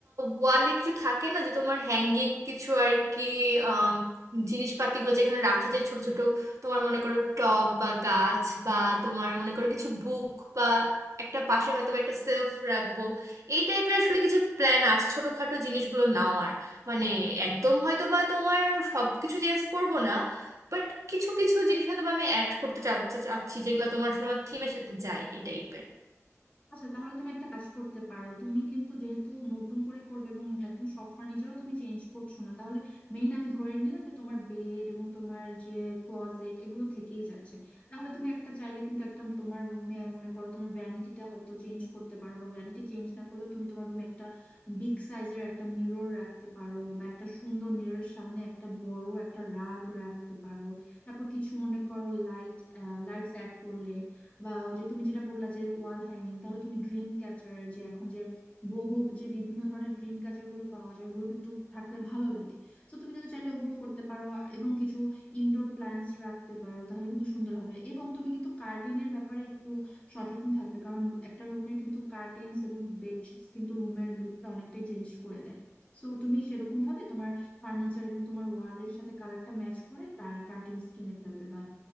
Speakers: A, on the right (about 75°); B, on the left (about 25°).
A: ওয়ালে কিছু থাকে না যে তোমার হ্যাঙ্গিং কিছু আর কি আহ, জিনিসপাতিগুলো যেখানে রাখা যায় ছোট ছোট তোমার মনে করো টব বা গাছ বা তোমার মনে করো কিছু বুক বা একটা পাশে হয়তো বা একটা সেলফ রাখবো এই টাইপের আসলে কিছু প্ল্যান আছে ছোটখাটো জিনিসগুলো নাও আর মানে একদম হয়তো বা তোমার সবকিছু চেঞ্জ করবো না বাট কিছু কিছু জিনিস হয়তো বা আমি অ্যাড করতে চা- চা- চাচ্ছি যেগুলো তোমার আসলে আমার থিমের সাথে যায় এই টাইপের
B: আচ্ছা তাহলে তুমি একটা কাজ করতে পারো তুমি কিন্তু যেহেতু নতুন করে করবে এবং একদম সব ফার্নিচারও তুমি চেঞ্জ করছো না তাহলে মেইন আমি ধরে নিলাম যে তোমার বেড এবং তোমার যে ক্লোজেট এগুলো থেকেই যাচ্ছে তাহলে তুমি একটা চাইলে কিন্তু একটা তোমার রুমে মনে করো তোমার ভ্যানিটিটা হয়তো চেঞ্জ করতে পারো বা ভ্যানিটি চেঞ্জ না করলেও তুমি তোমার রুমে একটা বিগ সাইজের একটা মিরর রাখতে পারো বা একটা সুন্দর মিররের সামনে একটা বড় একটা রাগ রাখতে পারো তারপর কিছু মনে করো লাইট লাইটস অ্যাড করলে বা ওই যে তুমি যেটা বললা যে ওয়াল হ্যাঙ্গিং তাহলে তুমি ড্রিম ক্যাচার যে এখন যে বহু যে বিভিন্ন ধরনের ড্রিম ক্যাচার গুলো পাওয়া যায় ওগুলো কিন্তু থাকলে ভালো লাগে তো তুমি কিন্তু চাইলে ওগুলো করতে পারো আর- এবং কিছু ইনডোর প্ল্যান্টস রাখতে পারো তাহলে কিন্তু সুন্দর হবে এবং তুমি কিন্তু কার্টেনের ব্যাপারে একটু সচেতন থাকবে কারণ একটা রুমের কিন্তু কার্টেন্স এবং বেডশিটস কিন্তু রুমের লুকটা অনেকটাই চেঞ্জ করে দেয় সো তুমি সেরকম ভাবে তোমার ফার্নিচার এবং তোমার ওয়ালের সাথে কালারটা ম্যাচ করে কার্টেন্স কিনে ফেলবে